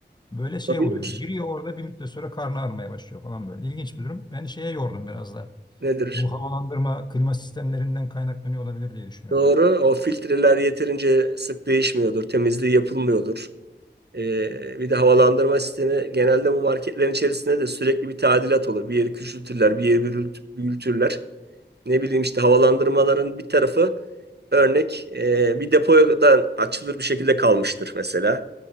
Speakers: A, on the left (about 25°); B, on the right (about 65°).
A: böyle şey
B: Olabilir.
A: oluyor. Giriyor orada bir müddet sonra karnı ağrımaya başlıyor falan böyle. İlginç bir durum. Ben şeye yordum biraz da.
B: Nedir?
A: Bu havalandırma klima sistemlerinden kaynaklanıyor olabilir diye düşünüyorum.
B: Doğru. O filtreler yeterince sık değişmiyordur. Temizliği yapılmıyordur. Ee, bir de havalandırma sistemi genelde bu marketlerin içerisinde de sürekli bir tadilat olur. Bir yeri küçültürler, bir yeri bürült- büyütürler. Ne bileyim işte havalandırmaların bir tarafı örnek e, bir depodan açılır bir şekilde kalmıştır mesela.